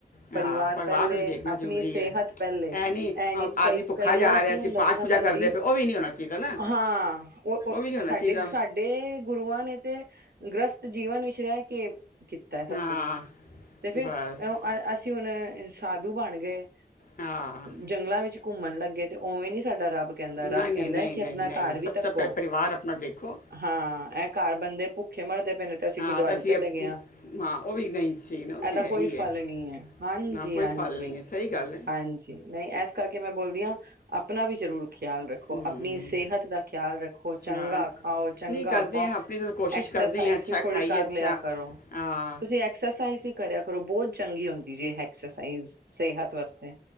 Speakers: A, on the left; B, on the right.
A: ਹਾਂ
B: ਪਰਿਵਾਰ ਪਹਿਲੇ,
A: ਨੂੰ ਦੇਖਣਾ
B: ਆਪਣੀ
A: ਜ਼ਰੂਰੀ
B: ਸਿਹਤ
A: ਹੈ
B: ਪਹਿਲੇ, ਇਹ
A: ਐ ਨਹੀਂ
B: ਨੀ
A: ਅ-
B: ਕਿ
A: ਆਦਮੀ
B: ਕਈ
A: ਭੁੱਖਾ
B: ਕਈਆਂ
A: ਜਾ
B: ਦਾ ਕੀ
A: ਰਿਹਾ
B: ਹੁੰਦਾ
A: ਸੀ ਪਾਠ
B: ਜਿ
A: ਪੂਜਾ
B: ਭੈਣਜੀ
A: ਕਰਦੇ ਪਏ ਉਹ ਵੀ ਨਹੀਂ ਹੋਣਾ ਚਾਹੀਦਾ ਨਾ
B: ਹਾਂ, ਉਹ
A: ਵੀ ਨਹੀਂ ਹੋਣਾ
B: ਸਾਡੇ
A: ਚਾਹੀਦਾ
B: ਸਾਡੇ ਗੁਰੂਆਂ ਨੇ ਤੇ ਗ੍ਰਸਤ ਜੀਵਨ ਵਿੱਚ ਰਹਿ ਕੇ ਕੀਤਾ ਹੈ ਸਭ
A: ਹਾਂ
B: ਕੁਛ, ਤੇ ਫਿਰ
A: ਬਸ
B: ਅ ਅਸੀਂ ਹੁਣ ਸਾਧੂ ਬਣ ਗਏ,
A: ਹਾਂ
B: ਜੰਗਲਾਂ ਵਿੱਚ ਘੁੰਮਣ ਲੱਗੇ, ਤੇ ਉਵੇਂ ਨੀ ਸਾਡਾ ਰੱਬ ਰੱਬ ਕਹਿੰਦਾ,
A: ਨਹੀਂ
B: ਰੱਬ
A: ਨਹੀਂ
B: ਕਹਿੰਦਾ
A: ਨਹੀਂ
B: ਕਿ
A: ਨਹੀਂ
B: ਆਪਣਾ
A: ਨਹੀਂ
B: ਘਰ ਵੀ
A: ਸਭ
B: ਤਕੋ
A: ਤੋਂ ਪਹਿਲੇ ਪਰਿਵਾਰ ਆਪਣਾ ਦੇਖੋ
B: ਹਾਂ, ਇਹ ਘਰ ਬੰਦੇ ਭੁੱਖ ਪਹਿਲੇ ਤੇ ਅਸੀਂ
A: ਹਾਂ
B: ਗੁਰਦੁਆਰੇ
A: ਤਾਂ ਅਸੀਂ
B: ਚਲੇ
A: ਅਮ,
B: ਗਏ ਆ।
A: ਹਾਂ ਉਹ ਵੀ ਨਹੀਂ ਸੀ ਨਾ ਉਹ
B: ਇਹਦਾ
A: ਤੇ ਹੈ
B: ਕੋਈ
A: ਹੀ
B: ਫਲ
A: ਹੈ
B: ਨਹੀਂ ਏ, ਹਾਂਜੀ
A: ਨਾ ਕੋਈ
B: ਹਾਂਜੀ
A: ਫਲ ਨਹੀਂ ਹੈ ਸਹੀ ਗੱਲ ਹੈ
B: ਹਾਂਜੀ। ਜੀ, ਨਹੀਂ ਇਸ ਕਰਕੇ ਮੈਂ ਬੋਲਦੀ ਆ ਆਪਣਾ ਵੀ ਜ਼ਰੂਰ ਖਿਆਲ ਰੱਖੋ,
A: ਹਮ,
B: ਆਪਣੀ ਸਿਹਤ ਦਾ ਖਿਆਲ ਰੱਖੋ, ਚੰਗਾ
A: ਹਾਂ
B: ਖਾਓ, ਚੰਗਾ
A: ਨਹੀਂ ਕਰਦੇ
B: ਪਾਓ
A: ਹਾਂ ਆਪਣੀ ਸਿਰਫ ਕੋਸ਼ਿਸ਼ ਕਰਦੇ
B: ਐਕਸਰਸਾਈਜ਼
A: ਹਾਂ ਅੱਛਾ
B: ਵੀ ਥੋੜੀ
A: ਖਾਈਏ
B: ਕਰ
A: ਅੱਛਾ
B: ਲਿਆ ਕਰੋ,
A: ਹਾਂ
B: ਤੁਸੀਂ ਐਕਸਰਸਾਈਜ਼ ਵੀ ਕਰਿਆ ਕਰੋ ਬਹੁਤ ਚੰਗੀ ਹੁੰਦੀ ਜੀ ਐਕਸਰਸਾਈਜ਼, ਸਿਹਤ ਵਾਸਤੇ